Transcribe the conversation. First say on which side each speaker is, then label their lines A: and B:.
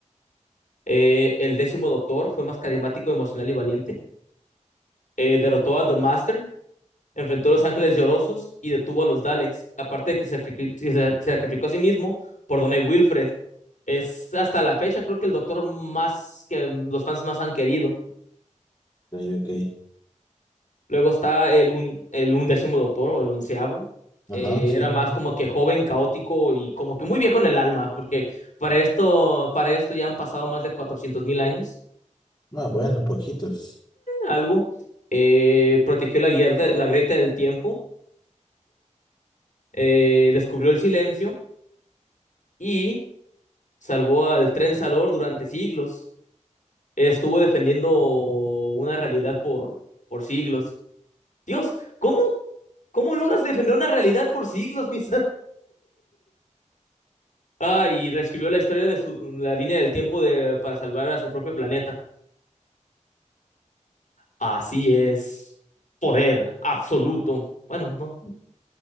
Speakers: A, on the left; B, on the left.
A: Eh, el décimo doctor fue más carismático, emocional y valiente. Eh, derrotó a The Master, enfrentó a los Ángeles Llorosos y detuvo a los Daleks. Aparte de que se, sacrificó- se sacrificó a sí mismo por Donny Wilfred. Es hasta la fecha, creo que el doctor más que los fans más han querido.
B: Ok, ok.
A: Luego está el, un, el undécimo doctor o el onceavo.
B: Ajá,
A: Eh,
B: sí.
A: era más como que joven, caótico y como que muy viejo en el alma, porque para esto, para esto ya han pasado más de cuatrocientos mil años,
B: Ah, bueno, poquitos.
A: algo. Eh, protegió la grieta, la grieta del tiempo, eh, descubrió el silencio y salvó al Tren Salor durante siglos. Estuvo defendiendo una realidad por, por siglos. Dios, ¿cómo, cómo logras defender una realidad por siglos, mis? Ah, y reescribió la historia de su, la línea del tiempo de, para salvar a su propio planeta. Así es. Poder absoluto. Bueno, no,